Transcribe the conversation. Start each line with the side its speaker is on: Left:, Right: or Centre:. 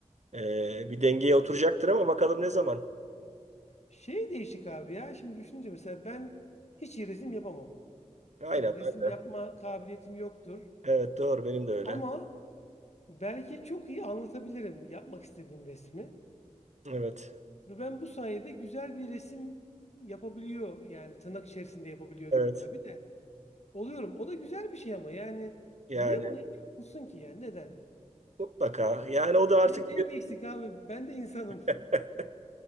Right: e, bir dengeye oturacaktır ama bakalım ne zaman.
Left: Şey değişik abi ya. Şimdi düşününce mesela ben hiç iyi resim yapamam.
Right: Aynen
Left: Yani resim
Right: ben de.
Left: yapma kabiliyetim yoktur.
Right: Evet doğru benim de öyle.
Left: Ama belki çok iyi anlatabilirim yapmak istediğim resmi.
Right: Evet.
Left: Ve ben bu sayede güzel bir resim yapabiliyor yani tırnak içerisinde yapabiliyor
Right: Evet.
Left: diyeyim tabii de. Oluyorum. O da güzel bir şey ama yani
Right: Yani
Left: niye buna engel olunsun ki yani neden?
Right: mutlaka. Yani o da artık
Left: Benim neyim
Right: bir-
Left: eksik abi? Ben de insanım.
Right: <laughs>
Left: <laughs>